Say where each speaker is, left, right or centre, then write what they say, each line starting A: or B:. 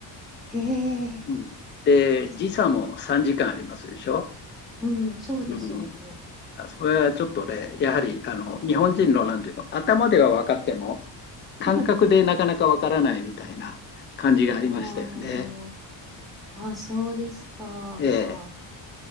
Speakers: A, in the centre; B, on the left.
A: へえ。
B: うん、で、
A: ごじ
B: 時差も3時間ありますでしょ。
A: うん、そうですよね。
B: うん、あそこはちょっとね、やはりあの日本人のなんていうの、頭では分かっても、感覚でなかなかわからないみたいな感じがありましたよね。
A: <laughs> ああ、あ、そうですか。
B: ええ、
A: あ